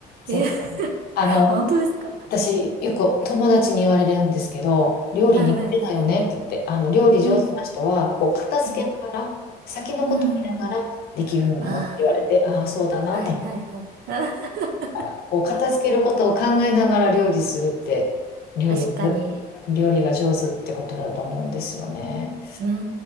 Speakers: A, on the left; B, on the right.
A: ぜ、
B: え、<laughs>
A: あの、
B: 本当ですか
A: 私、よく友達に言われるんですけど、料理苦手だよねって言って、
B: はいはいはい。
A: あの料理上手な人は、
B: うん、
A: こう片付けながら、
B: うん、
A: 先のことを見ながらできるんやろって言われて、
B: うん、うん、うん。ああ。
A: ああ、そうだなと思っ
B: はいはいはい。<laughs>
A: たら、こう片付けることを考えながら料理するって、料理、
B: 確かに。
A: 料理が上手ってことだと思うんですよね。
B: うー